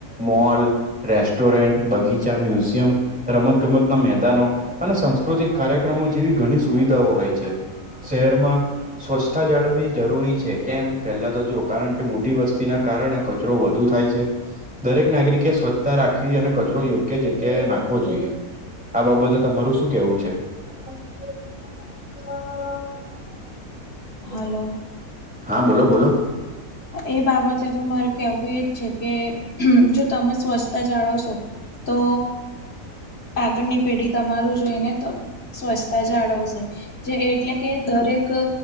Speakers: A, in the centre; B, on the left.
A: મોલ રેસ્ટોરેન્ટ, બગીચા, મ્યુઝિયમ, રમતગમતના મેદાનો અને સંસ્કૃતિક કાર્યક્રમો જેવી ઘણી સુવિધાઓ હોય છે. શહેરમાં સ્વચ્છતા જાળવી. જરૂરી છે. કેમ પહેલા તો જો કારણ કે મોટી વસ્તીના કારણે, કચરો વધુ થાય છે. દરેક નાગરિકે સ્વચ્છ રાખવી અને કચરો યોગ્ય જગ્યાએ નાખવો જોઈએ. આ બાબતે તમારું શું કેવું છે? <inaudible> હમ.
B: હલો.
A: હા, બોલો બોલો?
B: એ બાબતે તો મારે કેવું એજ છે કે જો તમે સ્વછ તા જાળવશો તો આગળની પેઢી તમારું જોઈને, તો સ્વચ્છતા જાળવશે. જે એટલે કે દરેક ક